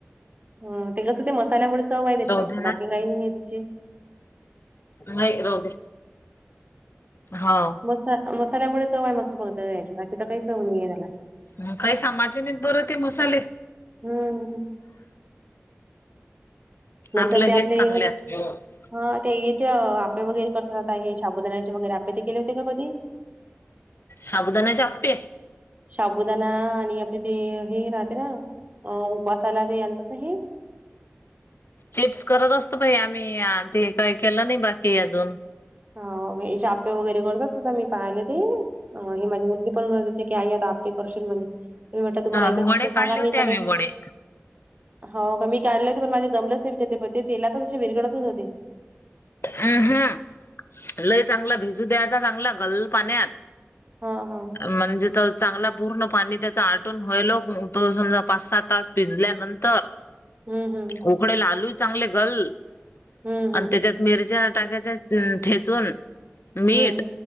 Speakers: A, on the right; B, on the left.
A: हम ते कसं ते मसाल्यामुळे चव आहे त्याची
B: राहू
A: फक्त
B: दे ना
A: बाकी काही नाहीये त्याची.
B: नाय राहूद्या. हाव!
A: मसा मसाल्यामुळे चव आहे मग फक्त त्याची बाकी तर काही चव नाहीये याला.
B: म काय कामाचेे नाहीत बर ते मसाले.
A: हम्म नंतर
B: आपलं
A: ते
B: हेच
A: आपले
B: चांगले आहेत
A: हा, ते याचे आप्पे वगैरे करता आता हे साबुदानाण्याचे वगैरे आप्पे ते केले होते का कधी?
B: साबुदानाच्या आप्पे?
A: शाबुदाना आणि आपले ते हे राहते ना, अ उपासाला ते आणतात ना हे
B: चिप्स करत असतो, बाई आम्ही ते काही केलं नाही बाकी अजून.
A: हा हाचे आप्पे वगैरे करतात, मी पाहिले ते. अ हे माझी मुलगी पण म्हणत होती, की आई आता आप्पे करशील म्हणे. मी म्हटलं तुम्हाला
B: हा
A: येत असते,
B: वडे
A: तर
B: काढले
A: सांगा
B: होते
A: मी
B: आम्ही
A: तर काय
B: वडे
A: हो का? मी काढलं होते पण माझे जमलंच नाही, विच्या ते पण तेलातच असे विरगळतच होते.
B: आहा, लय चांगला भिजू द्यायच चांगला गल पाण्यात
A: हा हा.
B: म्हणजे, त चांगला पूर्ण पाणी त्याचा आटून व्हायलो, तो समजा पाच सात तास भिजल्यानंतर
A: ह ह.
B: उकडेल आलू चांगले घल
A: हम्म हम्म
B: आणि त्याच्यात मिरच्या टाक्याच्या ठेचून मीठ
A: हम्म